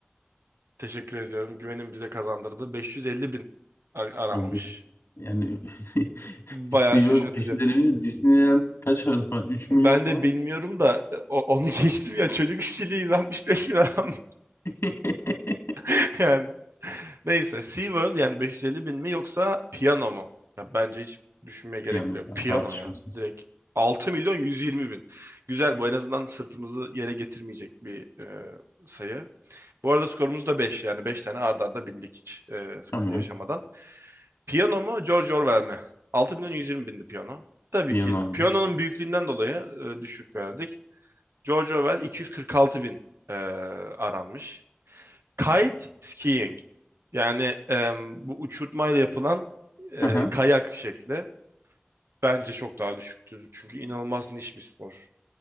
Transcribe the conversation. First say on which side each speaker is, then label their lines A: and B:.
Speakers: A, on the right; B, on the left.
A: Teşekkür ediyorum. Güvenin bize kazandırdı. 550 bin ar- aranmış.
B: O bir- yani <laughs>
A: Bayağı
B: SeaWorld
A: şaşırtıcı.
B: 550 bin Disneyland kaç o zaman 3 milyon
A: Ben
B: falan
A: de bilmiyorum da e, o- onu <laughs> geçtim ya çocuk işçiliği 165 bin aram
B: <laughs>
A: <laughs> yani. Neyse SeaWorld yani 550 bin mi yoksa piyano mu? Ya bence hiç düşünmeye gerek
B: piyano
A: bile yok.
B: ya
A: Piyano
B: tartışmasız.
A: ya direkt 6 milyon 120 bin. Güzel bu en azından sırtımızı yere getirmeyecek bir e, sayı. Bu arada skorumuz da beş yani 5 tane arda arda bildik hiç e, sıkıntı
B: Tamam
A: yaşamadan. Piyano mu George Orwell mi? 6 120 bindi piyano. Tabii
B: piyano.
A: ki
B: albüm.
A: piyanonun büyüklüğünden dolayı e, düşük verdik. George Orwell iki yüz kırk altı bin e, aranmış. Kite skiing. Yani e, bu uçurtmayla yapılan e,
B: Hı hı.
A: kayak şekli bence çok daha düşüktür. Çünkü inanılmaz niş bir spor.